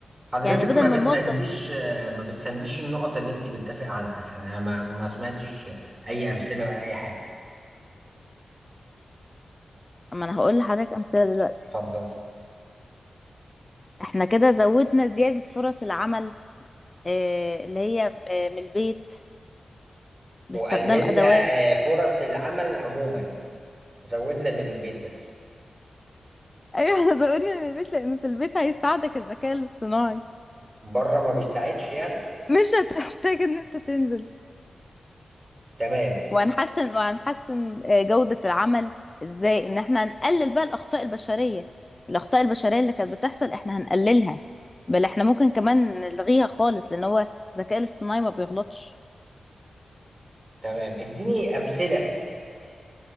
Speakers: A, on the right (about 40°); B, on the left (about 30°).
A: حضرتك
B: يعني بدل
A: ما
B: ما
A: بتسنديش
B: الموظف
A: آه، ما بتسنديش النقط اللي انت بتدافع عنها يعني انا ما, ما سمعتش اي امثله ولا اي حاجه
B: اما انا هقول لحضرتك امثله دلوقتي
A: اتفضل
B: احنا كده زودنا زياده فرص العمل آه، اللي هي آه، من البيت باستخدام
A: وقللنا
B: ادوات
A: آه، فرص العمل عموما وزودنا اللي من البيت بس
B: ايوه احنا زودنا من البيت لان في البيت هيساعدك الذكاء الاصطناعي
A: بره ما بيساعدش يعني
B: مش هتحتاج ان انت تنزل
A: تمام
B: وهنحسن وهنحسن آه، جوده العمل ازاي ان احنا هنقلل بقى الاخطاء البشريه الاخطاء البشريه اللي كانت بتحصل احنا هنقللها بل احنا ممكن كمان نلغيها خالص لان هو الذكاء الاصطناعي ما بيغلطش
A: تمام اديني امثله